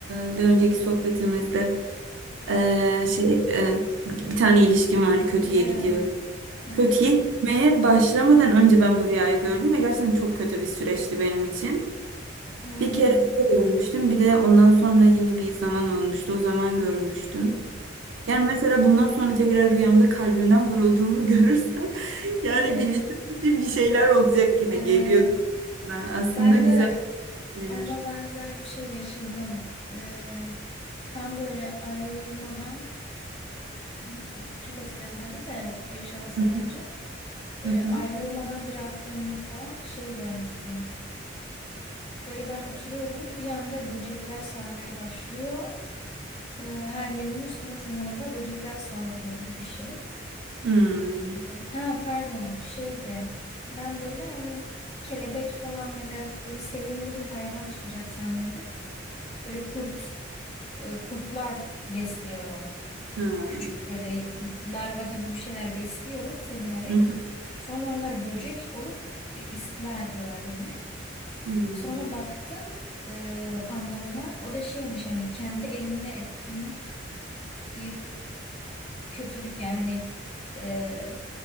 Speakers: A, on the right; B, on the left.
A: e, bir önceki sohbetimizde e, şey e, bir tane ilişkim vardı kötüye
B: Evet.
A: gidiyor
B: Hı hı.
A: Kötüye gitmeye başlamadan önce ben bu rüyayı gördüm ve gerçekten çok kötü bir süreçti benim için.
B: Hmm.
A: Bir kere öyle görmüştüm. Bir de ondan sonra yine bir zaman olmuştu. O zaman görmüştüm. Yani mesela bundan sonra tekrar rüyamda kalbimden vurulduğumu <laughs> görürsem yani
B: <laughs>
A: bileceğim ki bir şeyler olacak yine
B: Evet.
A: geliyor. da. Aslında
B: Ben
A: güzel
B: de
A: şeyler.
B: ona benzer bir şey yaşadım. Ee, tam böyle ayrılmadan hmm, çok eskiden tabii de beş altı sene
A: Hı hı.
B: önce böyle
A: Hı hı.
B: ayrılmadan bir hafta önce falan şey görmüştüm. Böyle ben oturuyorum bir anda böcekler sarmaya başlıyor. Ee, her yerimi üstüme tırmanıyorlar. Böcekler saldırıyor gibi bir şey.
A: Hmm.
B: Ha pardon şeydi ben böyle hani kelebek falan ya da böyle sevimli bir hayvan çıkacak zannedip böyle kurt e, kurtlar besliyorum.
A: Ha.
B: Küçük böyle larva gibi bir şeyler besliyorum sevinerek.
A: Hı hı.
B: Sonra onlar böcek olup istila ediyorlar beni.
A: Hmm.
B: Sonra baktım e, anlamına o da şeymiş hani kendi elinle ettiğin bir kötülük yani hani e,